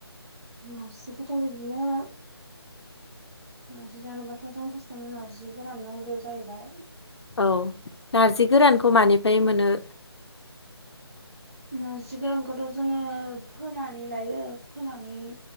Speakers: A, on the right; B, on the left.
A: नारजिखौथ' बिदिनो नारजि जानोबाथ' जों फार्स्टआवनो नार्जि गोरान नांगौ जाहैबाय
B: औ नारजि गोरानखौ मानिफ्राय मोनो
A: नजि गोरानखौथ' जोङो फोनानै लायो फोनानै